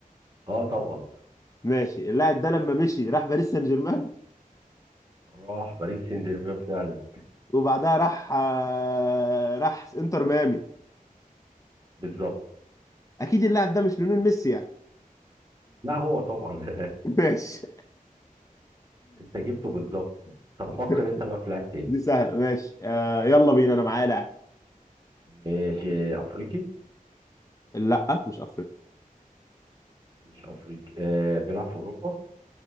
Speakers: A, on the right; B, on the left.
A: اه طبعا
B: ماشي اللاعب ده لما مشي راح باريس سان جيرمان
A: راح باريس سان جيرمان فعلا
B: وبعدها راح آه، راح انتر ميامي
A: بالظبط
B: اكيد اللاعب ده مش ليونيل ميسي يعني
A: لا هو طبعا
B: <laughs> ماشي
A: <laughs> انت جبته بالظبط
B: <laughs>
A: طب فكر انت بقى في لاعب تاني
B: دي سهله ماشي آه يلا بينا انا معايا لاعب
A: ماشي آه، افريقي
B: لا مش افريقيا
A: مش افريقي آه بيلعب في اوروبا